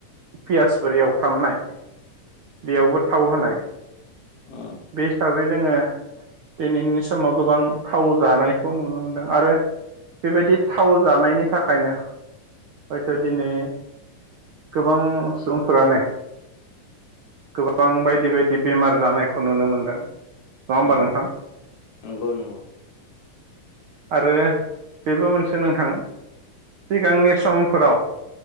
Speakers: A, on the right; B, on the left.
A: पियासफोर एवफ्रामनाय। बेयावबो थाव होनाय।
B: अ
A: बे हिसाबै जोंङो। दिनैनि समाव गोबां थाव जानायखौ नुनो मोनदों आरो बेबायदि थाव जानायनि थाखायनो हयथ' दिनै। गोबां सुबुंफोरानो। गोबां बायदि- बायदि बेमार जानायखौ नुनो मोनदों। नङा होमबा
B: उम
A: नोंथां।
B: नंगौ नंगौ
A: आरो बेबो मोनसे नोंथां। सिगांनि समफोराव।